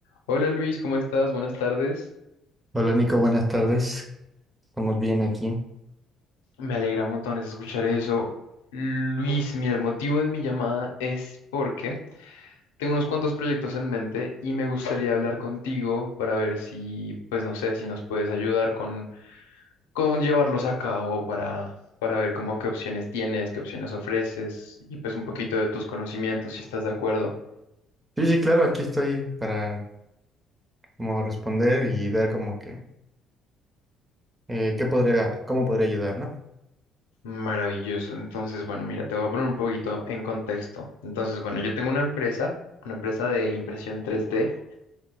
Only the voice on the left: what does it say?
Hola Luis, ¿cómo estás? Buenas tardes.
Me alegra montones escuchar eso. Luis, mira, el motivo de mi llamada es porque tengo unos cuantos proyectos en mente y me gustaría hablar contigo para ver si, pues no sé, si nos puedes ayudar con cómo llevarlos a cabo para, para ver cómo qué opciones tienes, qué opciones ofreces y pues un poquito de tus conocimientos, si estás de acuerdo.
Maravilloso. Entonces, bueno, mira, te voy a poner un poquito en contexto. Entonces, bueno, yo tengo una empresa, una empresa de impresión tres d